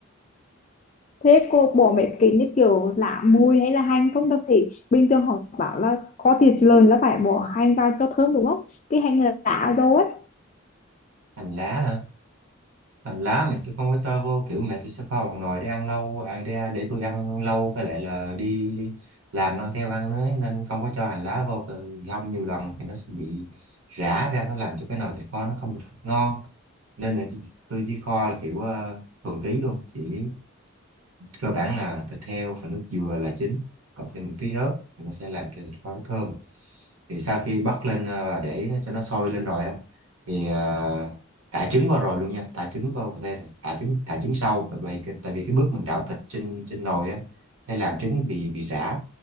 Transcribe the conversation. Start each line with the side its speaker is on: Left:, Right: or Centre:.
Left: Thế cô bỏ mấy cái như kiểu lạ mùi hay là hành không? Tao thấy bình thường họ bảo là kho thịt lợn là phải bỏ hành vào cho thơm đúng không? Cái hành là lá rồi ấy.
Right: hành lá hả hành lá mẹ tôi không có cho vô kiểu mẹ tôi sẽ kho một nồi để ăn lâu à, để, để tôi ăn lâu với lại là đi làm mang theo ăn đấy nên không có cho hành lá vô Rồi hâm nhiều lần thì nó sẽ bị rã ra nó làm cho cái nồi thịt kho nó không được ngon nên là tôi, tôi chỉ kho là kiểu uh, thuần túy luôn chỉ cơ bản là thịt heo và nước dừa là chính cộng thêm một tí ớt thì nó sẽ làm cho thịt kho nó thơm thì sau khi bắt lên à, và để cho nó sôi lên rồi á thì à, thả trứng vào rồi luôn nha thả trứng vào có thể là thả trứng thả trứng sau tại vì cái- tại vì cái bước mình đảo thịt trên trên nồi á sẽ làm trứng bị bị rã